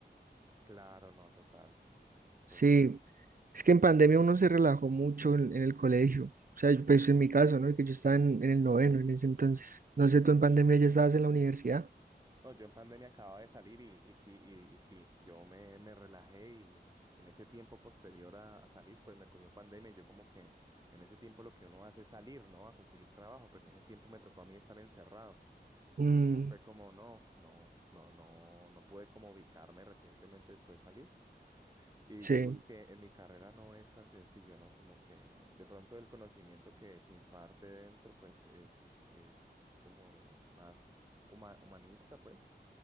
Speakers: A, on the right; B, on the right.
A: Claro, no, total, total.
B: Sí, es que en pandemia uno se relajó mucho en, en el colegio, o sea, yo- pues en mi caso, ¿no? Que yo estaba en, en el noveno en ese entonces, no sé, tú en pandemia ya estabas en la universidad.
A: No, yo en pandemia acababa de salir y, y sí, y, y sí, yo me, me relajé y en ese tiempo posterior a, a salir, pues me cogió pandemia y yo como que en ese tiempo lo que uno hace es salir, ¿no? A conseguir trabajo, pero en ese tiempo me tocó a mí estar encerrado.
B: Mm,
A: Entonces fue como, no, no, no, no, no pude como ubicarme recientemente después de salir. Y digamos
B: sí,
A: que en mi carrera no es tan sencillo, ¿no? Como que de pronto el conocimiento que se imparte dentro, pues es, es, es como más huma- humanista, pues.